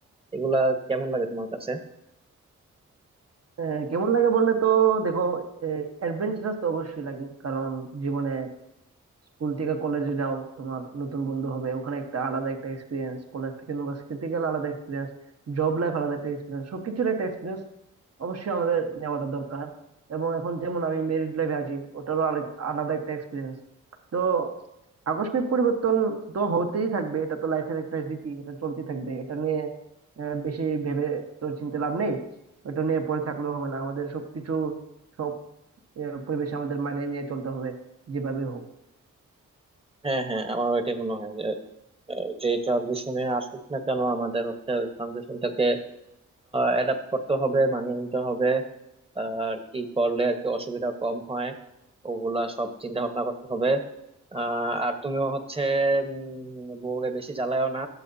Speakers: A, on the right; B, on the right.
A: এগুলা কেমন লাগে তোমার কাছে
B: আহ, কেমন লাগে বললে তো দেখো অ্যাডভেঞ্চারাস তো অবশ্যই লাগে কারণ জীবনে স্কুল থেকে কলেজে যাও তোমার নতুন বন্ধু হবে ওখানে একটা আলাদা একটা এক্সপিরিয়েন্স কলেজ থেকে ইউনিভার্সিটিতে গেলে আলাদা এক্সপিরিয়েন্স জব লাইফ আলাদা একটা এক্সপিরিয়েন্স সবকিছুর একটা এক্সপিরিয়েন্স অবশ্যই আমাদের নেওয়াটা দরকার এবং এখন যেমন আমি মেরিড লাইফে আছি ওটারও আলে- আলাদা একটা এক্সপিরিয়েন্স তো আকস্মিক পরিবর্তন তো হতেই থাকবে এটা তো লাইফের একটা রীতি এটা চলতেই থাকবে এটা নিয়ে আহ, বেশি ভেবে তো চিন্তা লাভ নেই ওটা নিয়ে পড়ে থাকলেও হবে না আমাদের সবকিছু সব আহ, পরিবেশে আমাদের মানিয়ে নিয়ে চলতে হবে যেভাবে হোক
A: হ্যাঁ হ্যাঁ আমারও এটাই মনে হয় যে আহ, যে ট্রানজিশনে আসুক না কেন আমাদের হচ্ছে ট্রানজিশনটাকে অ্যাডাপ্ট করতে হবে মানিয়ে নিতে হবে আর কি করলে আর কি অসুবিধা কম হয় ওগুলা সব চিন্তা ভাবনা করতে হবে আহ, আর তুমিও হচ্ছে উম, বউরে বেশি জ্বালায়ও না